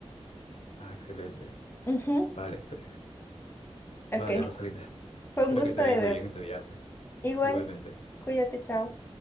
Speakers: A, on the left; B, on the left.
A: Ah, excelente.
B: Ujú.
A: Vale, espe-
B: Ok,
A: vale, Rosalita
B: fue
A: Espero
B: un gusto,
A: que te vaya
B: de
A: muy
B: ver.
A: bien en tu viaje.
B: Igual,
A: Igualmente.
B: cuídate, chao.